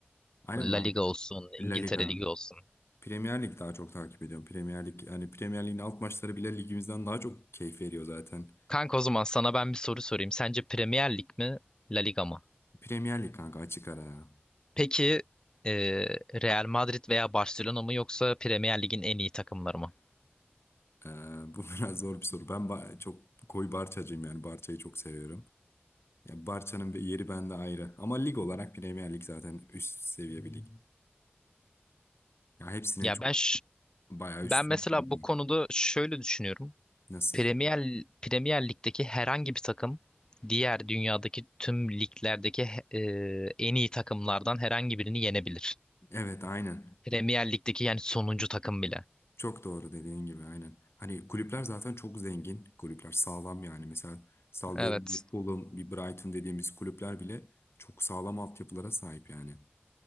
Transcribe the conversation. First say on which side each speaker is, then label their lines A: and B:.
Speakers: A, on the left; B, on the left.
A: aynen
B: La
A: ben
B: Liga olsun,
A: La
B: İngiltere
A: Liga
B: Ligi olsun.
A: Premier Lig daha çok takip ediyorum. Premier Lig yani Premier Lig'in alt maçları bile ligimizden daha çok keyif veriyor zaten.
B: Kanka o zaman sana ben bir soru sorayım. Sence Premier Lig mi, La Liga mı?
A: Premier Lig kanka açık ara ya.
B: Peki eee, Real Madrid veya Barcelona mı yoksa Premier Lig'in en iyi takımları mı?
A: Ee, bu <laughs> biraz zor bir soru. Ben ba- çok koyu Barçacıyım yani Barça'yı çok seviyorum. Ya Barça'nın bir yeri bende ayrı. Ama lig olarak Premier Lig zaten üst seviye bir lig. Ya hepsinin
B: Ya
A: çok
B: ben ş-
A: bayağı
B: ben
A: üstünde
B: mesela
A: bir
B: bu
A: lig.
B: konuda şöyle düşünüyorum.
A: Nasıl?
B: Premier Premier Lig'deki herhangi bir takım diğer dünyadaki tüm liglerdeki e, en iyi takımlardan herhangi birini yenebilir.
A: Evet aynen.
B: Premier Lig'deki yani sonuncu takım bile.
A: Çok doğru dediğin gibi aynen. Hani kulüpler zaten çok zengin kulüpler sağlam yani mesela sallıyorum
B: Evet.
A: bir Fulham bir Brighton dediğimiz kulüpler bile çok sağlam altyapılara sahip yani.